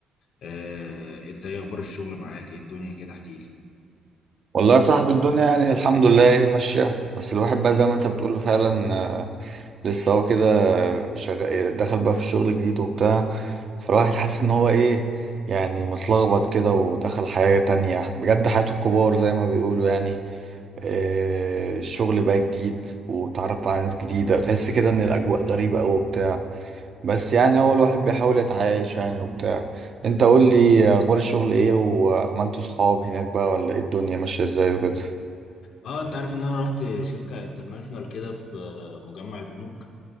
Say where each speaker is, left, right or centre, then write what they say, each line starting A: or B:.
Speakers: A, on the left; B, on the right.
A: اه انت ايه اخبار الشغل معاك ايه الدنيا كده احكيلي
B: والله يا صاحبي الدنيا يعني الحمد لله إيه ماشيه بس الواحد بقى زي ما انت بتقول فعلا آه، لسه هو كده شغال دخل بقى في الشغل جديد وبتاع فالواحد حاسس ان هو ايه يعني متلخبط كده ودخل حياه تانية بجد حياه الكبار زي ما بيقولوا يعني آه، الشغل بقى جديد وتعرف بقى على ناس جديده وتحس كده ان الاجواء غريبه قوي بس يعني هو الواحد بيحاول يتعايش يعني وبتاع انت قول لي آه، اخبار الشغل ايه وعملت صحاب هناك بقى ولا ايه الدنيا ماشية ازاي وكده
A: اه انت عارف ان انا رحت شركة انترناشونال كده في آه، مجمع البنوك